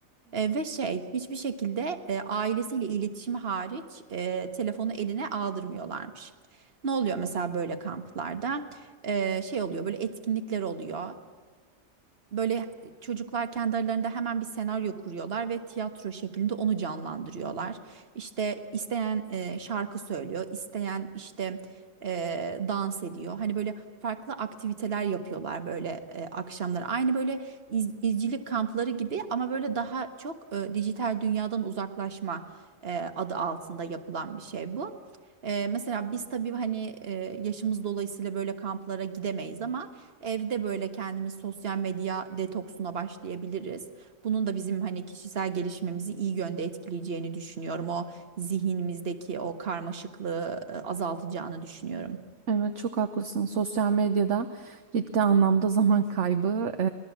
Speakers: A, on the right; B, on the right.
A: E, ve şey hiçbir şekilde e, ailesiyle iletişimi hariç e, telefonu eline aldırmıyorlarmış. Ne oluyor mesela böyle kamplarda? E, şey oluyor böyle etkinlikler oluyor. Böyle çocuklar kendi aralarında hemen bir senaryo kuruyorlar ve tiyatro şeklinde onu canlandırıyorlar. İşte isteyen e, şarkı söylüyor, isteyen işte e, dans ediyor. Hani böyle farklı aktiviteler yapıyorlar böyle e, akşamları. Aynı böyle iz- izcilik kampları gibi ama böyle daha çok e, dijital dünyadan uzaklaşma e, adı altında yapılan bir şey bu. E, mesela biz tabii hani e, yaşımız dolayısıyla böyle kamplara gidemeyiz ama Evde böyle kendimiz sosyal medya detoksuna başlayabiliriz. Bunun da bizim hani kişisel gelişimimizi iyi yönde etkileyeceğini düşünüyorum. O zihnimizdeki o karmaşıklığı e, azaltacağını düşünüyorum.
B: Evet çok haklısın. Sosyal medyada ciddi anlamda zaman kaybı e,